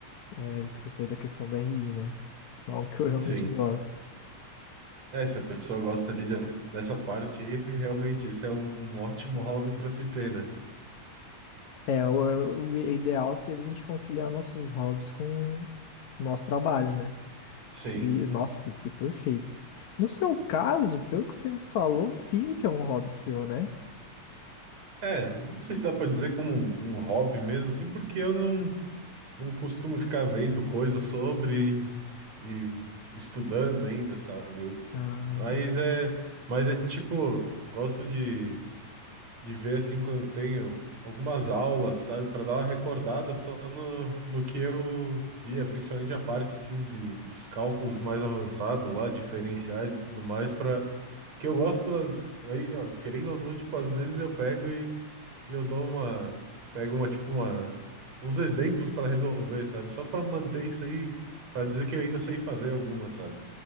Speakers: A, on the left; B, on the right.
A: é, que eu falei da questão da RI, né? É Algo que eu realmente
B: Sim.
A: gosto.
B: É, se a pessoa gosta ali des- dessa parte aí, realmente esse é um um ótimo hobby pra se ter, né?
A: É, o, o ideal seria a gente conciliar nossos hobbies com o nosso trabalho, né?
B: Sim.
A: Se, nossa, deve ser perfeito. No seu caso, pelo que você me falou, física é um hobby seu, né?
B: É, não sei se dá pra dizer como um, um hobby mesmo, assim, porque eu não. não costumo ficar vendo coisas sobre e estudando ainda, sabe? Eu-
A: Ah,
B: mas
A: entendi.
B: é, mas é tipo, gosto de, de ver assim quando tenho algumas aulas, sabe? Para dar uma recordada só no, no que eu via, principalmente a parte assim de, dos cálculos mais avançados lá, diferenciais e tudo mais, para que eu gosto as- aí, ó, querendo ou não, tipo, às vezes eu pego e eu dou uma. Pego uma, tipo, uma. Uns exemplos pra resolver, sabe? Só pra manter isso aí, pra dizer que eu ainda sei fazer alguma, sabe?